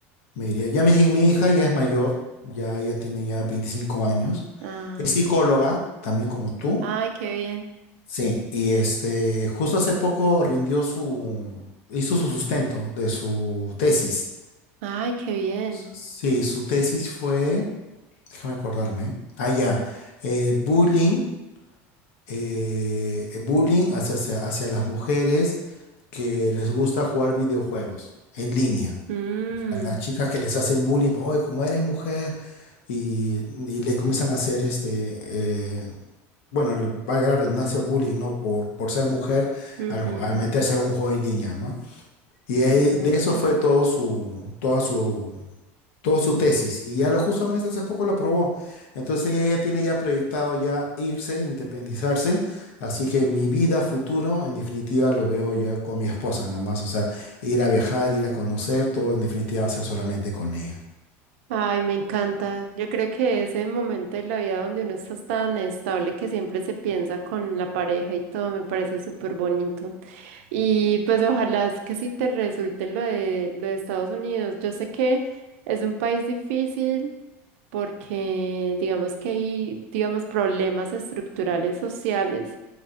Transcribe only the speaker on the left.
me iría. Ya mi, mi hija ya es mayor, ya, ya tiene ya 25 años.
Es
psicóloga, también como tú.
Sí, y este, justo hace poco rindió su, hizo su sustento de su tesis.
Sí, su tesis fue, déjame acordarme, ah, ya, eh, bullying. eh, bullying hacia, hacia, hacia las mujeres que les gusta jugar videojuegos en línea.
A las chicas que les hacen bullying, oye, como eres mujer, y, y le comienzan a hacer este, eh, bueno, le- valga la redundancia, bullying, ¿no? Por, por ser mujer
al, al meterse a un juego en línea, ¿no? Y ahí-
de eso fue todo su, toda su, toda su tesis. Y ya lo justamente hace poco lo aprobó. Entonces ella ya tiene ya proyectado ya irse, independizarse. Así que mi vida futuro, en definitiva, lo veo ya con mi esposa nomás. O sea, ir a viajar, ir a conocer, todo en definitiva va a ser solamente con ella.